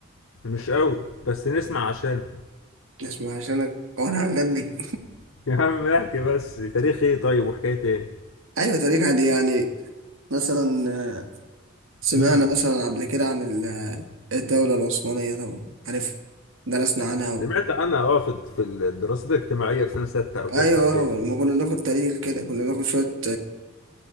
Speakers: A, on the left; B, on the right.
A: مش قوي بس نسمع عشان
B: اسمع عشانك هو انا هغني
A: <laughs> يا عم احكي بس تاريخ ايه طيب وحكايه ايه
B: <laughs> ايوه تاريخ عادي يعني مثلا آه، سمعنا
A: امم
B: مثلا قبل كده عن ال- آه، الدوله العثمانيه طبعا عارف درسنا عنها و...
A: سمعت عنها اه في في الدراسات الاجتماعيه في سنه سته او
B: ايوه
A: ثالثه اعدادي
B: لما كنا بناخد تاريخ كده كنا بناخد شويه